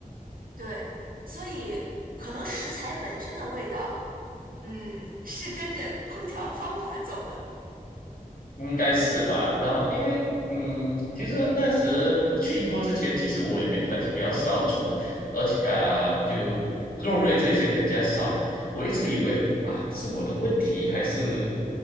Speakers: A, on the right; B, on the left.
A: 对，所以可能食材本身的味道，嗯，是跟着烹调方法走的。
B: 应该是吧。然后因为嗯，其实那时去英国之前，其实我也没很比较少煮，而且啊，就肉类这些更加少。我一直以为啊，是我的问题还是？